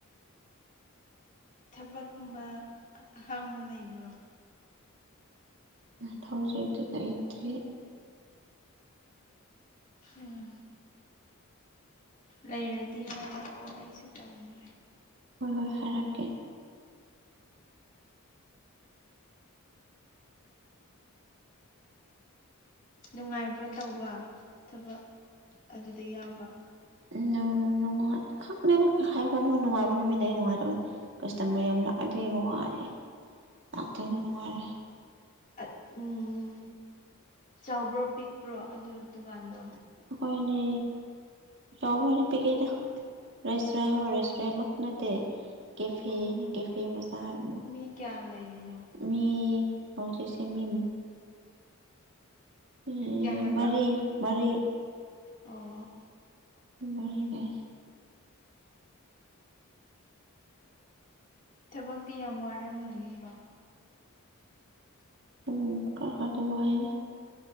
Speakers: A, on the left; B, on the right.
A: ꯊꯕꯛꯀꯨꯝꯕ ꯑꯍꯥꯡꯕ ꯂꯩꯕ꯭ꯔꯣ꯫
B: ꯎꯝ ꯊꯕꯛꯁꯦ ꯍꯧꯖꯤꯛꯇꯤ ꯂꯩꯇꯔꯤ꯫
A: ꯎꯝ ꯂꯩꯔꯗꯤ ꯍꯥꯏꯔꯛꯑꯣ ꯑꯩꯁꯨ ꯇꯧꯅꯤꯡꯉꯥꯏ꯫
B: ꯍꯣꯏ ꯍꯣꯏ ꯍꯥꯏꯔꯛꯀꯦ꯫
A: ꯅꯨꯡꯉꯥꯏꯕ꯭ꯔꯥ ꯇꯧꯕ ꯊꯕꯛ ꯑꯗꯨꯗ ꯌꯥꯎꯕ꯫
B: ꯅꯨꯡ ꯅꯨꯡꯉꯥꯏ ꯈꯪꯗꯦꯗ ꯈꯍꯥꯏꯐꯝꯅꯣ ꯅꯨꯡꯉꯥꯏꯕ ꯅꯨꯃꯤꯠ ꯂꯩ ꯅꯨꯡꯉꯥꯏꯇꯕ ꯀꯁꯇꯃꯔ ꯌꯥꯝ ꯂꯥꯛꯑꯗꯤ ꯋꯥꯔꯦ ꯂꯥꯛꯇꯗꯤ ꯅꯨꯡꯉꯥꯏꯔꯦ
A: ꯑꯠ ꯎꯝ ꯆꯥꯎꯕ꯭ꯔꯣ ꯄꯤꯛꯄ꯭ꯔꯣ ꯑꯗꯨ ꯗꯨꯀꯥꯟꯗꯣ
B: ꯑꯈꯣꯏꯅꯦ ꯆꯥꯎꯕ ꯑꯣꯏꯗꯦ ꯄꯤꯛꯑꯦꯗ ꯔꯦꯁꯇꯨꯔꯦꯟ ꯍꯥꯏꯔ ꯔꯦꯁꯇꯨꯔꯦꯟꯃꯛ ꯅꯠꯇꯦ ꯀꯦꯐꯦꯅꯤ
A: ꯑꯣ
B: ꯀꯦꯐꯦ ꯃꯆꯥꯔ ꯑꯃꯨ
A: ꯃꯤ ꯀꯌꯥ ꯂꯩꯔꯤꯅꯣ
B: ꯃꯤ ꯍꯧꯖꯤꯛꯁꯦ ꯃꯤ ꯃꯤ
A: ꯀꯌꯥ ꯍꯥꯏꯕ
B: ꯃꯔꯤ ꯃꯔꯤ
A: ꯑꯣ꯫
B: ꯄꯨꯡ ꯃꯔꯤꯗꯩ
A: ꯊꯕꯛꯇꯤ ꯌꯥꯝ ꯋꯥꯔꯝꯃꯣꯏꯅꯦꯀꯣ꯫
B: ꯎꯝ ꯈꯈꯔꯗꯤ ꯋꯥꯏꯌꯦꯗ꯫